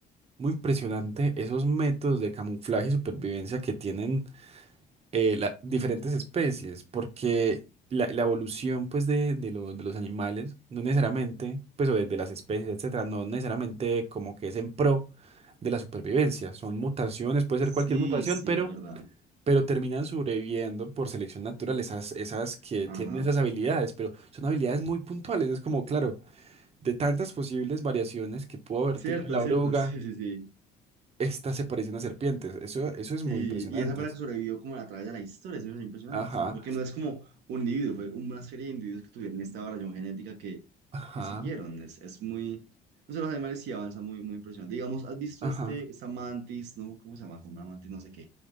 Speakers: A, on the right (about 35°); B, on the right (about 80°).
A: muy impresionante esos métodos de camuflaje y supervivencia que tienen. eh, la- diferentes especies, porque la, la evolución pues de, de, lo- de los animales, no necesariamente, pues o de, de las especies, etcétera, no necesariamente como que es en pro de la supervivencia, son mutaciones, puede ser
B: Sí,
A: cualquier mutación,
B: sí,
A: pero,
B: es verdad.
A: pero terminan sobreviviendo por selección natural, esas, esas que
B: Ajá.
A: tienen esas habilidades, pero son habilidades muy puntuales, es como, claro, de tantas posibles variaciones que pudo haber
B: Cierto,
A: tenido la
B: cierto,
A: oruga,
B: <laughs> sí, sí, sí.
A: esta se parece a una serpiente, eso, eso es muy
B: Sí,
A: impresionante.
B: y esa fue la que sobrevivió como a través de la historia, es menos impresionante,
A: Ajá,
B: sí, porque no es como un individuo, fue una serie de individuos que tuvieron esta variación genética que,
A: ajá.
B: que siguieron, es, es muy, no sé, los animales sí avanzan muy, muy impresionante. Digamos, ¿has visto
A: Ajá,
B: este, esta mantis, no, cómo se llama, Como una mantis, no sé qué,